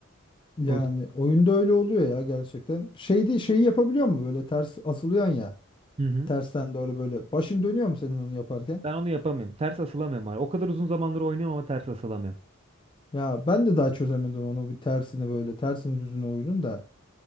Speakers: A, on the left (about 25°); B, on the right (about 30°).
A: Yani
B: O yüzden...
A: oyunda öyle oluyor ya gerçekten. Şeydi şeyi yapabiliyor mu böyle ters asılıyorsun ya.
B: Hı hı.
A: Tersten doğru böyle. Başın dönüyor mu senin onu yaparken?
B: Ben onu yapamıyorum. Ters asılamıyorum abi. O kadar uzun zamandır oynuyorum ama ters asılamıyorum.
A: Ya ben de daha çözemedim onu bir tersini böyle tersini düzünü oyunun da